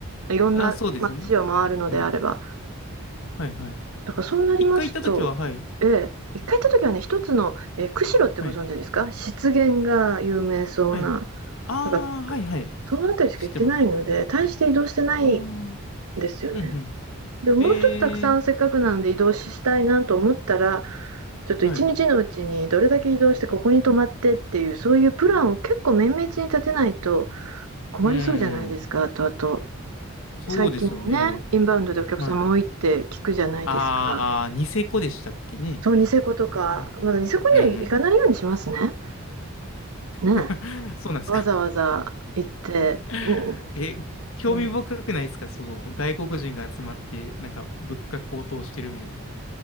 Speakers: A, on the right; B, on the left.
A: いろんな街を回るのであれば。
B: あ、そうですね。うん。はい、はい。
A: だからそうなりますと、
B: 一回行った時は、はい。
A: ええ、一回行った時はね、一つの、ええ、釧路ってご存知ですか？
B: はい。
A: 湿原が有名そうな、
B: はい。
A: なんか
B: あ
A: ら
B: あ、はい、はい。
A: その辺りしか行ってないので、
B: 知ってます。
A: 大して移動してないん
B: ああ、
A: ですよね。
B: うん、うん。
A: でも、
B: ええ
A: もうちょっとたくさんせっかくなので移動したいなと思ったら、ちょっと1日のうちにどれだけ移動してここに泊まってっていう、
B: はい。
A: そういうプランを結構綿密に立てないと困りそうじゃないですか。
B: うん。
A: あとあと、
B: そうですよね。
A: 最近ね、インバウンドでお客様多いって聞くじゃないですか。
B: はい。ああ、ニセコでしたっけね。
A: そう、ニセコとか、
B: うん、
A: まだニセコには行かないようにしますね。
B: うん、うん。うん
A: ね。
B: <laughs> そうなんですか。
A: わざわざ行って、
B: <laughs>
A: うん、
B: え、興味深くないですかその外国人が集まって、
A: うん。
B: なんか物価高騰してるみたいな。